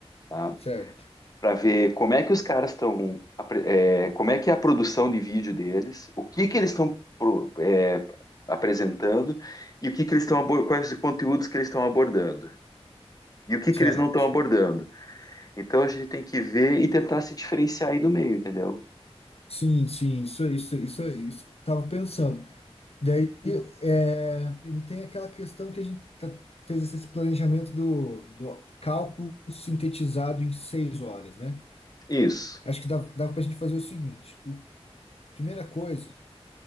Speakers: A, on the left; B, on the left.
A: tá?
B: certo,
A: Para ver como é que os caras estão, apre- é, como é que é a produção de vídeo deles, o que que eles estão pro- é, apresentando e o que que eles estão, abo- quais conteúdos que eles estão abordando. E o que
B: certo.
A: que eles não estão abordando? Então a gente tem que ver e tentar se diferenciar aí do meio, entendeu?
B: Sim, sim, isso, isso, isso, isso. Tava pensando. Daí, é, e tem aquela questão que a gente tá- fez esse esse planejamento do, do cálculo sintetizado em seis horas, né?
A: Isso.
B: Acho que dava, dava para a gente fazer o seguinte: o, primeira coisa